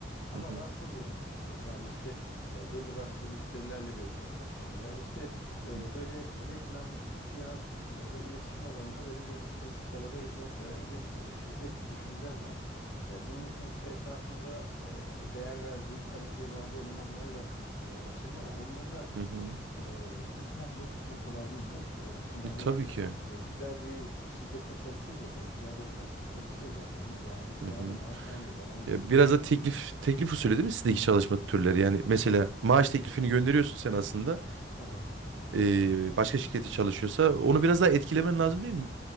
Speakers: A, on the left; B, on the right.
A: Ama
B: hı hı,
A: daha çok yolun başındayım. Yani işte e, belli başlı müşterilerle görüşmeye başladım. Yani işte
B: hı
A: e,
B: hı.
A: böyle reklam, PR e, ve iletişim alanında böyle geniş bir skalada hizmet veren bir e, şirket düşüncem var. E, bunun için işte etrafımda e, değer verdiğim kalifiye bazı elemanlarla görüşmelere başladım ama onları da
B: hı hı.
A: e, ikna etmek de çok kolay değil biliyor musun? Yani şimdi
B: E,
A: hani
B: tabii ki.
A: e, güzel bir şirkette çalışıyor zaten, güzel bir ajansta çalışıyor zaten. E, Yani fena
B: Hı hı.
A: da maaş almıyor. Ben onun üstüne
B: Ya biraz
A: çıkmam.
B: da teklif teklif usulü değil mi sizdeki çalışma türleri? Yani mesela maaş teklifini gönderiyorsun sen aslında.
A: Hı hı.
B: E, başka şirkette çalışıyorsa onu biraz daha etkilemen lazım değil mi?